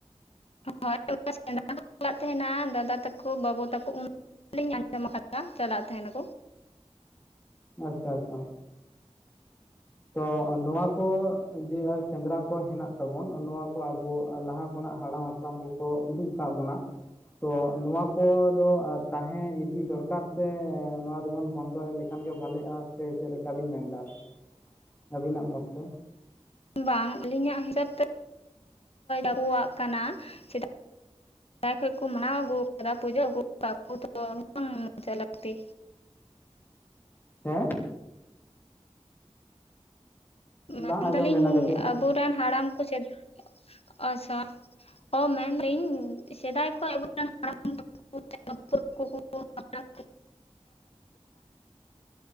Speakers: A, on the left (about 60°); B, on the left (about 20°).
A: ᱦᱳᱭ ᱥᱮᱸᱫᱽᱨᱟ ᱦᱚᱸ <unintelligible> ᱪᱟᱞᱟᱜ ᱛᱟᱦᱮᱸᱱᱟ ᱫᱟᱫᱟ ᱛᱟᱠᱚ ᱵᱟᱹᱵᱩ ᱛᱟᱠᱚ ᱩᱱ <unintelligible> ᱩᱱᱸ ᱞᱤᱧ ᱟᱸᱡᱚᱢ ᱟᱠᱟᱫᱟ ᱪᱟᱞᱟᱜ ᱛᱟᱦᱮᱱᱟ ᱠᱚ
B: ᱟᱪᱪᱷᱟ ᱟᱪᱪᱷᱟ ᱛᱚ ᱱᱚᱣᱟ ᱠᱚ ᱡᱮ ᱥᱮᱸᱫᱽᱨᱟ ᱠᱚ ᱦᱮᱱᱟᱜ ᱛᱟᱵᱚᱱ ᱱᱚᱣᱟ ᱠᱚ ᱟᱵᱚ ᱞᱟᱦᱟ ᱠᱷᱚᱱᱟᱜ ᱦᱟᱲᱟᱢ ᱦᱟᱯᱲ ᱦᱟᱯᱲᱟᱢ ᱠᱚᱠᱚ ᱩᱫᱩᱜ ᱟᱠᱟᱫ ᱵᱚᱱᱟ ᱛᱚ ᱱᱚᱣᱟ ᱠᱚᱫᱚ ᱛᱟᱦᱮᱸ ᱤᱫᱤ ᱫᱚᱨᱠᱟᱨ ᱥᱮ ᱱᱚᱣᱟ ᱫᱚᱵᱚᱱ ᱵᱚᱱᱫᱚᱭ ᱞᱮᱠᱷᱟᱱ ᱜᱮ ᱵᱷᱟᱞᱮᱜᱼᱟ ᱥᱮ ᱪᱮᱫ ᱞᱮᱠᱟ ᱵᱤᱱ ᱢᱮᱱ ᱮᱫᱟ ᱟᱨᱠᱤ ᱟᱹᱵᱤᱱᱟᱜ ᱢᱚᱛ ᱛᱮ
A: ᱵᱟᱝ ᱟᱹᱞᱤᱧᱟᱜ ᱦᱤᱥᱟᱹᱵ ᱛᱮ ᱟᱵᱩᱣᱟᱜ ᱠᱟᱱᱟ ᱪᱮᱫ ᱥᱮᱫᱟᱭ ᱠᱷᱚᱱ ᱠᱚ ᱢᱟᱱᱟᱣ ᱟᱹᱜᱩᱣ ᱟᱠᱟᱫᱟ ᱯᱩᱡᱟᱹ ᱟᱹᱜᱩ ᱟᱠᱟᱫᱟ ᱵᱟᱠᱩ ᱛᱚ ᱵᱟᱝ ᱢᱚᱡᱟ ᱞᱟᱠᱛᱤ
B: ᱦᱮᱸ
A: ᱢᱮᱱ
B: ᱵᱟᱝ ᱟᱸᱡᱚᱢ
A: ᱫᱟᱞᱤᱧ
B: ᱞᱮᱱᱟ ᱠᱟᱹᱴᱤᱡ
A: ᱟᱵᱩᱨᱮᱱ ᱦᱟᱲᱟᱢ ᱠᱚ ᱪᱮᱫ <inaudible> ᱚ ᱢᱮᱱᱫᱟᱹᱧ ᱥᱮᱫᱟᱭ ᱠᱷᱚᱱ ᱟᱵᱚᱨᱮᱱ ᱦᱟᱲᱟᱢ <unintelligible>